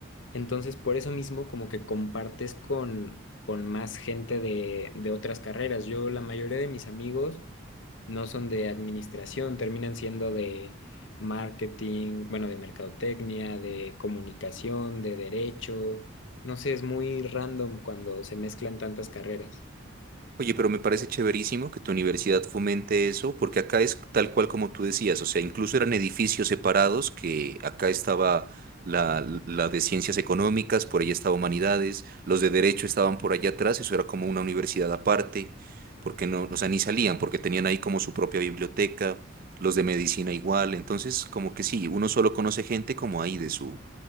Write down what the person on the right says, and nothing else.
Oye, pero me parece chéverísimo que tu universidad fomente eso, porque acá es tal cual como tú decías, o sea, incluso eran edificios separados, que acá estaba la, la de ciencias económicas, por allá estaba humanidades, los de derecho estaban por allá atrás, eso era como una universidad aparte, porque no, o sea, ni salían, porque tenían ahí como su propia biblioteca, los de medicina igual, entonces como que sí, uno solo conoce gente como ahí de su,